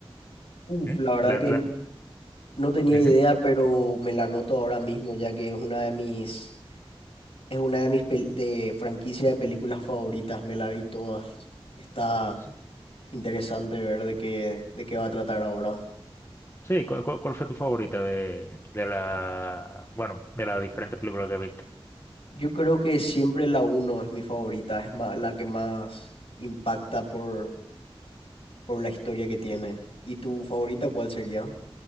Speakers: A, on the left; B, on the left.
A: Uf,
B: ¿eh?
A: la verdad
B: ¿Mm? La-
A: que
B: la-
A: n- no tenía
B: ujú,
A: idea, pero me la anoto ahora mismo, ya que es una de mis, es una de mis pel- de franquicia de películas favoritas, me la vi todas. Está
B: Sí,
A: Interesante ver de qué, de qué va a tratar ahora.
B: Sí, ¿cu- cu- ¿cuál, fue tu favorita de, de la, bueno, de las diferentes películas que viste?
A: Yo creo que siempre la uno es mi favorita, es ma- la que más impacta por, por la historia que tiene. ¿Y tu favorita cuál sería?